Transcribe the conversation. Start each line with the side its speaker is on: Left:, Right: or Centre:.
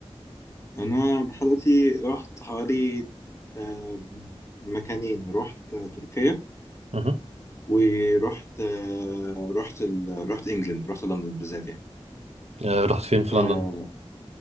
Left: انا لحد دلوقتي رحت حوالي آه، مكانين رحت آه، تركيا
Right: مه.
Left: ورحت آه، رحت ال... رحت انجلند رحت لندن بالذات يعني
Right: آه رحت فين في
Left: آه،
Right: لندن